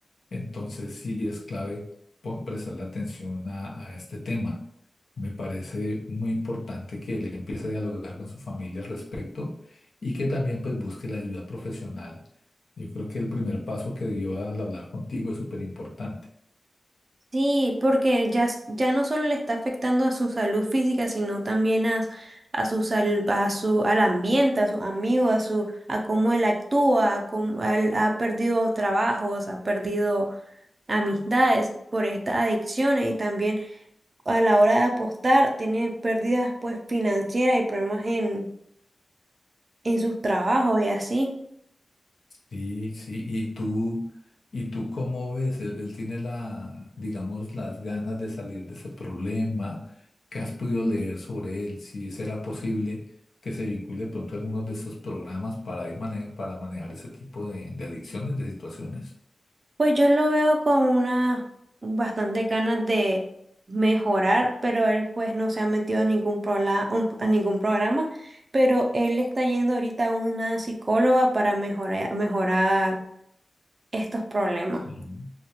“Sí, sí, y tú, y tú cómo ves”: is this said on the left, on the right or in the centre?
Left